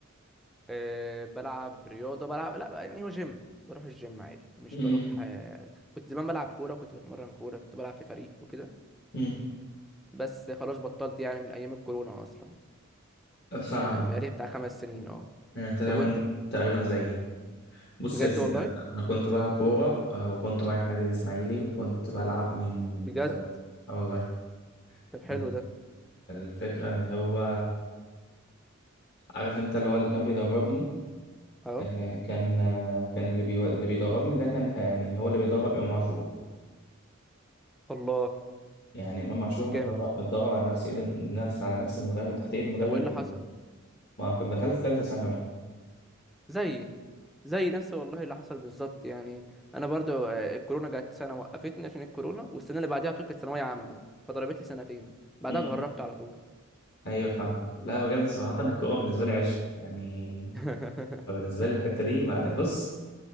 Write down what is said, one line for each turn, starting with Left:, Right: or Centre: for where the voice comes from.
Centre: آه، بلعب رياضة بلعب لا بقى يعني هو جيم بروح الجيم عادي مش
Left: م-
Centre: بروح آه، كنت زمان بلعب كورة كنت بتمرن كورة كنت بلعب في فريق وكده
Left: م-
Centre: بس خلاص بطلت يعني من ايام الكورونا اصلا
Left: م. فاهمك
Centre: من يعني بقالي بتاع خمس سنين اه
Left: يعني انت تقريبا
Centre: طب وانت
Left: تقريبا زيي بص
Centre: بجد
Left: يا سيدي
Centre: والله
Left: انا كنت بلعب كوره آه، وكنت رايح نادي الاسماعيلي وكنت بلعب من
Centre: بجد
Left: زمان. اه والله
Centre: طب حلو
Left: ال-
Centre: ده
Left: الفكرة ان هو عارف انت اللي هو اللي كان بيدربني
Centre: اه
Left: آه، كان آه، كان اللي بيو... اللي بيدربني ده كان آه، يعني هو اللي بيدرب امام عاشور
Centre: الله
Left: يعني امام عاشور
Centre: طب
Left: متدرب
Centre: جامد
Left: متدرب على نفس ايد الم- نفس على نفس المدرب تحت ايد المدرب
Centre: طب وايه اللي
Left: اللي-
Centre: حصل
Left: ما كنت دخلت ثالثه ثانوي
Centre: زيي زي نفس والله اللي حصل بالظبط يعني انا برضو آه، الكورونا جت سنه وقفتني عشان الكورونا والسنه اللي بعديها على طول كانت ثانويه عامه فضربت لي سنتين بعدها
Left: مم.
Centre: اتغربت على طول
Left: ايوه فاهمك لا بجد صراحه الكوره بالنسبه لي عشق يعني
Centre: <laughs>
Left: بالنسبه لي الحته دي ما بص